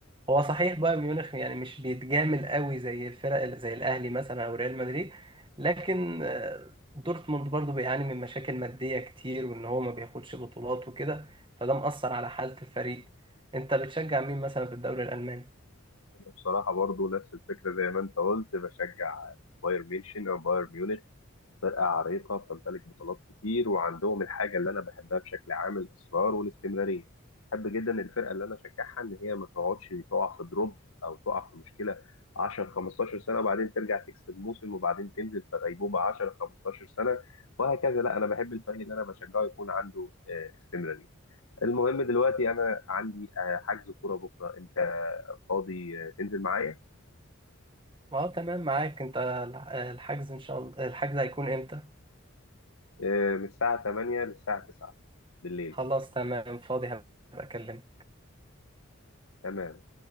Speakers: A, on the right (about 25°); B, on the left (about 85°).
A: هو صحيح بايرن ميونخ يعني مش بيتجامل قوي زي الفرق اللي- زي الأهلي مثلا أو ريال مدريد لكن آه، دورتموند برضه بيعاني من مشاكل مادية كتير وإن هو ما بياخدش بطولات وكده فده مأثر على حالة الفريق انت بتشجع مين مثلا في الدوري الألماني
B: أنا بصراحه برضو نفس الفكره زي ما انت قلت بشجع بايرن ميونشن او بايرن ميونخ فرقة عريقة بتمتلك بطولات كتير وعندهم الحاجة اللي أنا بحبها بشكل عام الإصرار والاستمرارية بحب جدا الفرقة اللي أنا أشجعها إن هي ما تقعدش تقع في دروب أو تقع في مشكلة 10 15 سنة وبعدين ترجع تكسب موسم وبعدين تنزل في غيبوبة 10 15 سنة وهكذا لا أنا بحب الفريق اللي أنا بشجعه يكون عنده آه، استمرارية المهم دلوقتي أنا عندي آه، حجز كورة بكرة أنت فاضي آه، تنزل معايا
A: ما هو تمام معاك انت الح- الحجز ان شاء الله الحجز هيكون امتى
B: آه، من الساعة 8 للساعة 9 بالليل
A: خلاص تمام فاضي هبقى اكلمك
B: تمام